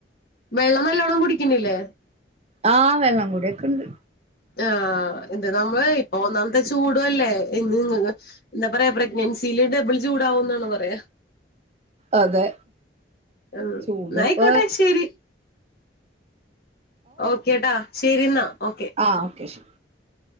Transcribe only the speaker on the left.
വെള്ളം നല്ലോണ്ണം കുടിക്ക്ണ്ല്ലേ
ആഹ് എന്ത് നമ്മള് ഇപ്പൊ ഒന്നാമത്തെ ചൂടും അല്ലേ എങ്ങ നിങ്ങ എന്ത പറയാ പ്രഗ്നൻസില് ഡബിൾ ചൂടാവും ന്നാണ് പറയാ
ഉം
ന്നായിക്കോട്ടെ ശരി ഓക്കേട്ടാ ശരിന്നാ ഓക്കെ